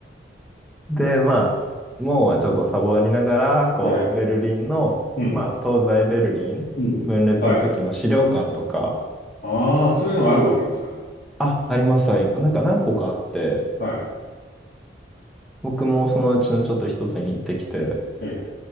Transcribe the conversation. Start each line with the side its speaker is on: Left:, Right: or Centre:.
Centre: <laughs> で、まあ、もうはちょっとサボりながら、こう、
Left: はい。
Centre: ベルリンの、
Left: うん。
Centre: まあ、東西ベルリン分裂の時の資料館とか、
Left: うん。はい。ああ、そういうのがあるわけですか。
Centre: あ、あります、あります。なんか何個かあって、
Left: はい。
Centre: 僕もそのうちのちょっと一つに行ってきて、
Left: ええ